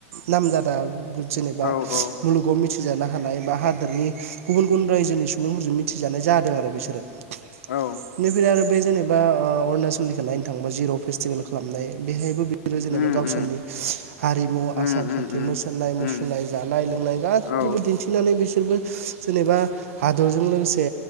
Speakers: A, on the right; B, on the left.
A: नाम जादो दा गु <inaudible> जेनेबा
B: औ औ
A: मुलुगाव मिथ थिजानो हानाय बा हादोरनि गुबुन गुबुन रायजोनि सुबुंफोरजों मिथिजानाय जादों आरो बिस निफ्राय
B: औ
A: आरोब बे जेनेबा ओ अरनाचलनिखो नायनो थांबा जिर' पेस्टिबेल खालामनाय बेहायबो बे जोरो जेनेबा
B: उम
A: गावसोरनि
B: उम
A: हारिमु
B: उम
A: आसार
B: उम
A: खान्थि
B: उम
A: मोसानाय मुसुरनाय
B: उम
A: जानाय लोंनाय गासैखौबो
B: औ
A: दिन्थिनानै बिस सोरबो जेनेबा हादरजों लोगोसे